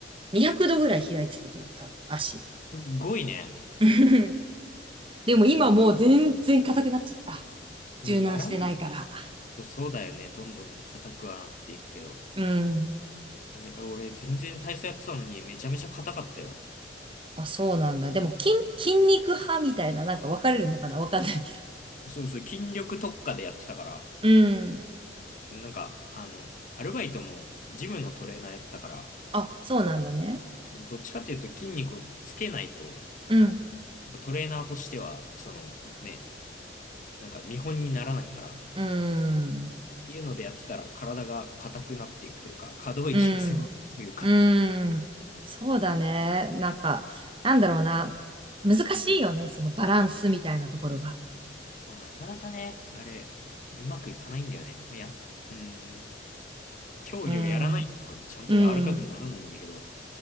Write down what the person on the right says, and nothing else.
200度ぐらい開いてたと思う、多分、足。
<laughs> でも今もう全然硬くなっちゃった。
柔軟してないから。
うん。
あ、そうなんだ。でも筋、筋肉派みたいな、なんか分かれるのかなわかんないけど。
うん。
あ、そうなんだね。
うん。
うーん。
うん。うーん。そうだね。なんか、なんだろうな。難しいよね。そのバランスみたいなところが。
うん。うん。